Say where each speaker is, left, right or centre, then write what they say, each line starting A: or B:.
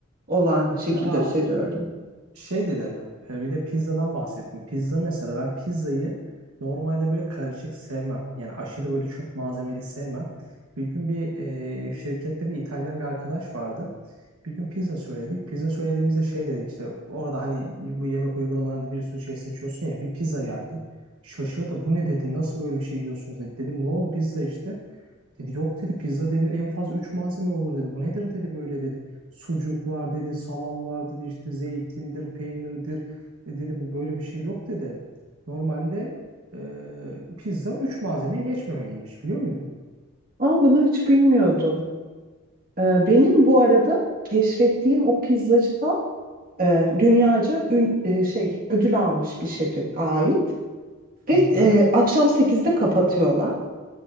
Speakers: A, on the right; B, on the right.
A: olan
B: mesela
A: şekilde seviyorum.
B: Şey dedin, e, bir de pizzadan bahsettin. Pizza mesela ben pizzayı normalde böyle karışık sevmem. Yani aşırı böyle çok malzemeli sevmem. Bir gün bir e, şirkette bir İtalyan bir arkadaş vardı. Bir gün pizza söyledik. Pizza söylediğimizde şey dedik işte orada hani bu yemek uygulamalarında bir sürü şey seçiyorsun ya bir pizza geldi. Şaşırdı bu ne dedi nasıl böyle bir şey yiyorsunuz dedi. Dedim ne oldu pizza işte. Dedi yok dedi pizza dedi en fazla 3 malzeme olur dedi. Bu nedir dedi böyle dedi. Sucuk var dedi, salam var dedi, işte zeytindir, peynirdir. E dedi bu böyle bir şey yok dedi. Normalde e, pizza üç malzemeyi geçmemeliymiş biliyor muydun?
A: Ama bunu hiç bilmiyordum. Ee, benim bu arada keşfettiğim o pizzacı da e, dünyaca ün- e, şey ödül almış bir şefe ait. Ve
B: Hı hı.
A: e, akşam 8'de kapatıyorlar.